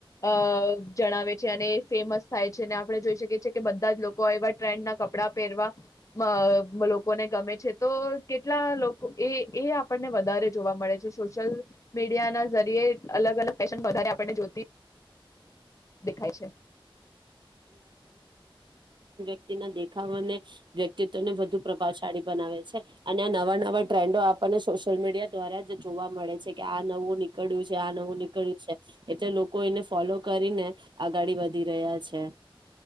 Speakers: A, on the left; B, on the right.
A: અ જણાવે છે અને ફેમસ થાય છે અને આપણે જોઈ શકીએ છે કે કે બધા જ લોકો એવા ટ્રેન્ડના કપડાં કપડા પહેરવા અ લોકોને ગમે છે તો કેટલા લોકો એ એ આપણને વધારે જોવા મળે છે. સોશિયલ મીડિયા ના જરીએ. અલગ-અલગ ફેશન વધારે આપણને જોતી દેખાય છે.
B: વક્તિ ના દેખાવ અને વ્યક્તિત્વ ને વધુ પ્રભાવશાળી બનાવે છે અને આ નવા નવા ટ્રેન્ડો આપણને સોશિયલ મીડિયા દ્વારા જ જોવા મળે છે કે આ નવું નીકળ્યું છે આ નવું નીકળ્યું છે એટલે લોકો એને ફોલો કરીને આગળી વધી રહ્યા છે.